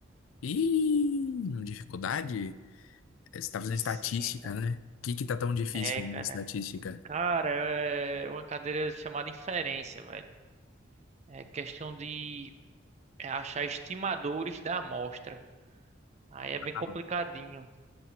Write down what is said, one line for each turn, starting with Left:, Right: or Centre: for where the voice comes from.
Left: ih, dificuldade? É, Você tá fazendo
Right: Sim,
Left: estatística,
Right: cara.
Left: né? O que que tá tão difícil
Right: É,
Left: em
Right: cara.
Left: estatística?
Right: Cara, é uma cadeira chamada inferência, velho. É questão de achar estimadores da amostra. Aí é bem
Left: Ah,
Right: complicadinho.